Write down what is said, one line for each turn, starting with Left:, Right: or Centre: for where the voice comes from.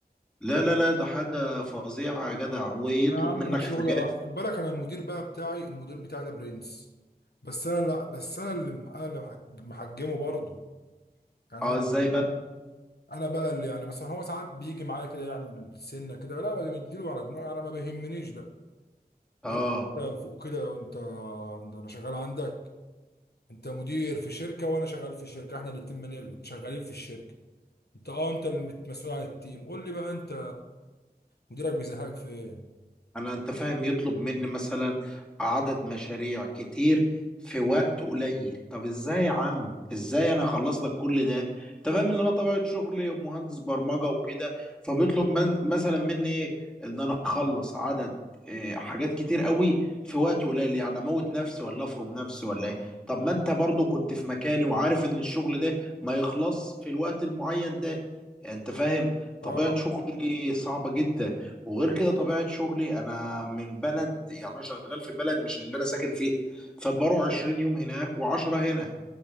Centre: لا لا لا ده حاجة فظيعة يا جدع ويطلب
Left: انا يا عم
Centre: منك
Left: انا شغلي
Centre: حاجات
Left: على خد بالك انا المدير بقى بتاعي المدير بتاعي ده برنس بس انا لا بس انا اللي انا اللي محج- محجمه برضه يعني
Centre: اه
Left: انا
Centre: ازاي بقى
Left: انا بقى اللي يعني مثلا هو ساعات بيجي معايا كده يعمل سنه كده لا بديله على دماغي انا ما بيهمنيش بقى
Centre: اه
Left: بقول له انت فوق كده وانت ده انا شغال عندك انت مدير في شركه وانا شغال في شركه احنا الاتنين من- شغالين في الشركه انت اه انت المسؤول عن التيم قول لي بقى انت مديرك بيزهقك في ايه
Centre: انا انت فاهم يطلب مني مثلا عدد مشاريع كتير في وقت قليل طب ازاي يا عم ازاي انا اخلص لك كل ده انت فاهم ان انا طبيعة شغلي مهندس برمجة وكده فبيطلب من مثلا مني ايه ان انا اخلص عدد إيه، حاجات كتير قوي في وقت قليل يعني اموت نفسي ولا افرم نفسي ولا ايه طب ما انت برضو كنت في مكاني وعارف ان الشغل ده ما يخلص في الوقت المعين ده انت فاهم طبيعة
Left: اه
Centre: شغلي صعبة جدا وغير كده طبيعة شغلي أنا من بلد يعني أنا شغال في بلد مش اللي أنا ساكن فيه فبروح 20 يوم هناك و10 هنا